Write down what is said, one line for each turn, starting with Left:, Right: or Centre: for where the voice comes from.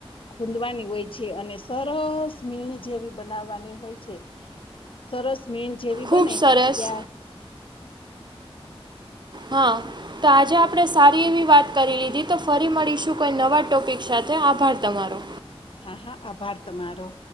Left: ખૂદવાની હોય છે, અને સરસ મીણ જેવી બનાવવાની હોય છે. સરસ મીણ જેવી
Right: ખૂબ
Left: બને,
Right: સરસ
Left: ત્યા
Right: હા. તો આજે આપણે સારી એવી વાત કરી લીધી, તો ફરી મળીશું, કોઈ નવા ટોપિક સાથે, આભાર તમારો.
Left: હા, હા, આભાર તમારો.